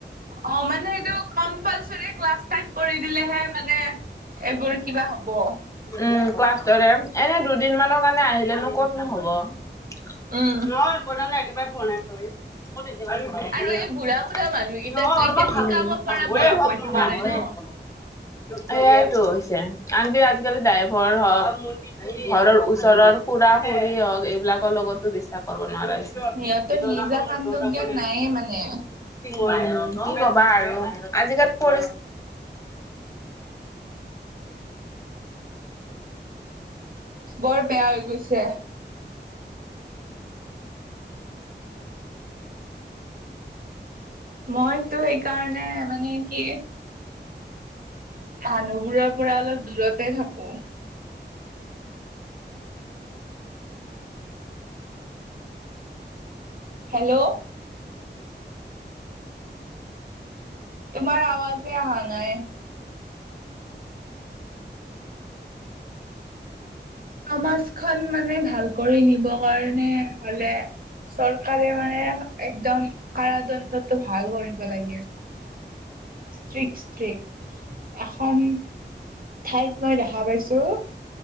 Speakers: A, on the right; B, on the left.
A: অ মানে সেইটো কম্পালচাৰী ক্লাছ টাইপ কৰি দিলেহে মানে এইবোৰ কিবা হ'ব।
B: উম ক্লাছৰ দৰে এনে দুদিন মানৰ কাৰণে আহিলেনো ক'তনো হব ন
A: উম।
B: বালে একেবাৰে বোৱা নাই থৰি মতিয়াৰ
A: আৰু এই বুঢ়া বুঢ়া মানুহকেইটাকতো এতিয়া শিকাব পৰা বয়স হৈ থকা নাই ন।
B: <unintelligible> সেয়াইটো হৈছে। আনকি আজিকালি ড্ৰাইভাৰ হওক ঘৰৰ ওচৰৰ খুৰা খুৰি হওক এইবিলাক ৰ লগতো বিশ্বাস কৰিব নোৱাৰা হৈছো
A: সিহঁতৰ নিজা কাণ্ড জ্ঞান নায়ে মানে।
B: উম কি কবা আৰু আজিকালি পৰিস্থিতি
A: বৰ বেয়া হৈ গৈছে। মইতো সেইকাৰণে মানে কি। মানুহবোৰৰ পৰা অলপ দূৰতে থাকো হেল্ল' তোমাৰ আৱাজেই আহা নাই। সমাজখন মানে ভাল কৰি নিব কাৰণে হলে চৰকাৰে মানে একদম কাৰাদণ্ডতটো ভাল কৰিব লাগে। ষ্ট্ৰিক, ষ্ট্ৰিক এখন ঠাইত মই দেখা পাইছো।